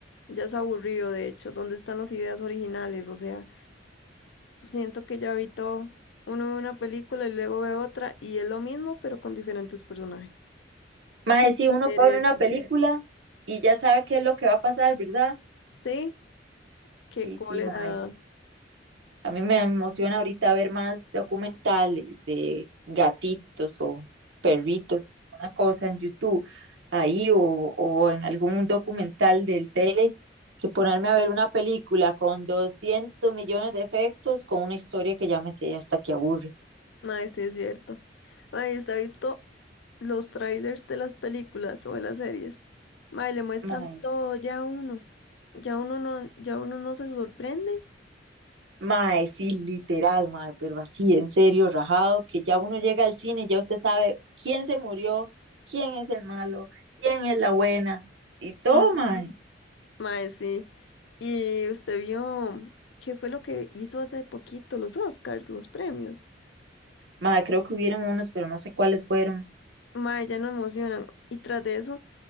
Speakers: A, on the left (about 75°); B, on the right (about 75°).
A: Ya es aburrido, de hecho. ¿Dónde están las ideas originales? O sea, siento que ya vi todo. Uno ve una película y luego ve otra y es lo mismo, pero con diferentes personajes.
B: Mae,
A: Qué
B: si uno
A: pereza.
B: pone una película y ya sabe qué es lo que va a pasar, ¿verdad?
A: Sí, qué
B: Sí,
A: cólera.
B: sí, mae. A mí me emociona ahorita ver más documentales de gatitos o perritos, una cosa en YouTube ahí o, o en algún documental del tele, que ponerme a ver una película con 200 millones de efectos con una historia que ya me sé hasta que aburre.
A: Mae, sí es cierto. Mae, ¿usted ha visto los trailers de las películas o de las series? Mae, le muestran
B: Mae,
A: todo ya a uno. Ya uno no, ya uno no se sorprende.
B: mae, sí, literal, mae, pero así, en serio, rajado, que ya uno llega al cine y ya usted sabe quién se murió, quién es el malo, quién es la buena y todo,
A: Ujú.
B: mae.
A: Mae, sí. Y usted vio qué fue lo que hizo hace poquito los Oscars, los premios.
B: Mae, creo que hubieron unos, pero no sé cuáles fueron.
A: Mae, ya no emocionan. Y tras de eso,